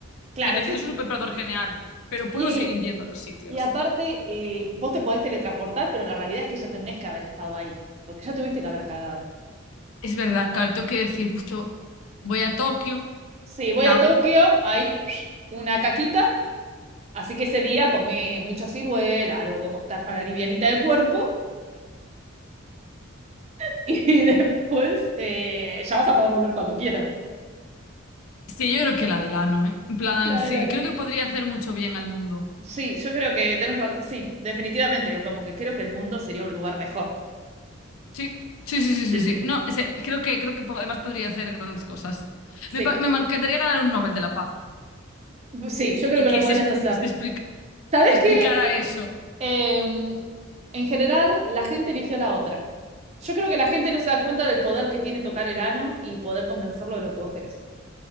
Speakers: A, on the right (about 30°); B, on the left (about 80°).
A: claro,
B: Es decir,
A: existe.
B: es un superpoder genial, pero
A: Y,
B: puedo seguir yendo a los sitios.
A: y aparte, eh, vos te podés teletransportar, pero la realidad es que ya tenés que haber estado ahí, porque ya tuviste que haber cagado.
B: Es verdad, claro, tengo que decir, justo voy a Tokio,
A: Sí, voy
B: Cago.
A: a Tokio, hay una caquita, así que ese día comí mucha ciruela, algo como estar para livianita de cuerpo, <laughs> y después eh, ya vas a poder volver cuando quieras.
B: Sí, yo creo que la del ano, ¿eh? En plan,
A: La
B: sí,
A: de la no.
B: creo que podría hacer mucho bien al mundo.
A: Sí, yo creo que tenés razón. Sí, definitivamente, como que creo que el mundo sería un lugar mejor.
B: Sí, sí, sí, sí,
A: Sí,
B: sí, sí.
A: sí.
B: No, o sea, creo que, creo que po- además podría hacer grandes cosas.
A: Sí,
B: Me, pa- me encantaría ganar un Nobel de la Paz
A: sí, yo creo
B: y
A: que
B: que
A: lo podrías
B: se, es-
A: hacer.
B: se, explica-
A: ¿Sabés
B: se explicara
A: qué?
B: eso.
A: Em, en general, la gente eligió la otra. Yo creo que la gente no se da cuenta del poder que tiene tocar el ano y poder convencerlo de lo que vos querés.